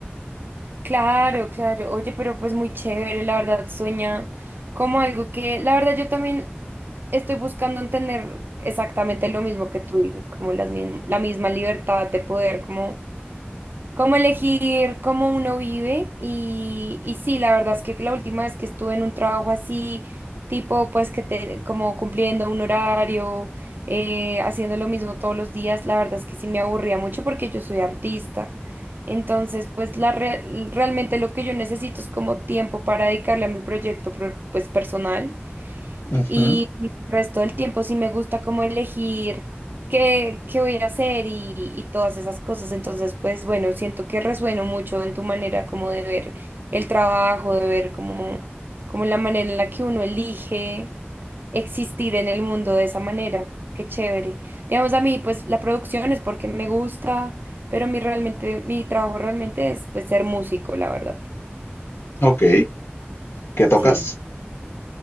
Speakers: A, on the right; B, on the left.
A: Claro, claro. Oye, pero pues muy chévere, la verdad, sueña como algo que, la verdad, yo también estoy buscando entender exactamente lo mismo que tú dices, como las, mism- la misma libertad de poder, como cómo elegir cómo uno vive y, y sí, la verdad es que la última vez que estuve en un trabajo así, tipo pues que te, como cumpliendo un horario, eh, haciendo lo mismo todos los días, la verdad es que sí me aburría mucho porque yo soy artista. Entonces, pues la re- realmente lo que yo necesito es como tiempo para dedicarle a mi proyecto pro- pues personal.
B: Ujú,
A: Y el resto del tiempo sí me gusta como elegir qué, qué voy a hacer y, y todas esas cosas. Entonces, pues bueno, siento que resueno mucho en tu manera como de ver el trabajo, de ver como, como la manera en la que uno elige existir en el mundo de esa manera. Qué chévere. Digamos, a mí, pues la producción es porque me gusta, pero mi realmente, mi trabajo realmente es pues ser músico, la verdad.
B: Ok. ¿Qué tocas?
A: Sí.